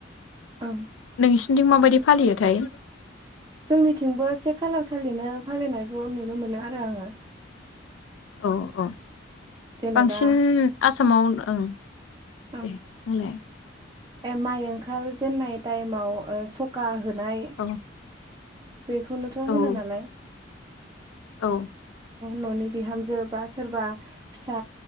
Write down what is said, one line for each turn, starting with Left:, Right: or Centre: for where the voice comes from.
Right: औ
Left: नोंसिनिथिं माबायदि फालियोथाय
Right: जोंनिथिंबो से खालार खालिनो फालिनायखौ नुनो मोनो आरो आङो
Left: औ औ
Right: जेनेबा
Left: बांसिन आसामाव ओं दे
Right: ओं
Left: बुंलाय
Right: ए माइ ओंखार जेननाय टाइमाव ओ सखा हो नाय
Left: औ
Right: बेखौनोथ'
Left: औ
Right: होनो नालाय
Left: औ
Right: न'नि बिहामजो बा सोरबा फिसा